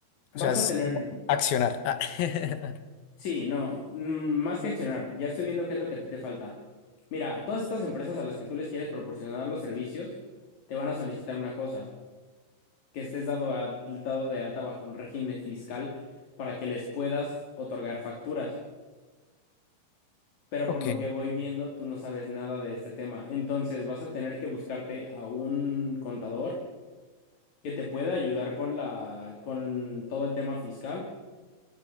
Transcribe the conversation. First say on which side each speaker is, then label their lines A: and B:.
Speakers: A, on the left; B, on the left.
A: Vas
B: O sea, es
A: a tener,
B: como accionar. Ah. <laughs>
A: sí, no, mm, más que accionar, ya estoy viendo qué es lo que a ti te falta. Mira, todas estas empresas a las que tú les quieres proporcionar los servicios, te van a solicitar una cosa, que estés dado, a- dado de alta bajo un régimen fiscal para que les puedas otorgar facturas. Pero
B: Ok.
A: por lo que voy viendo, tú no sabes nada de este tema. Entonces vas a tener que buscarte a un contador que te pueda ayudar con la, con todo el tema fiscal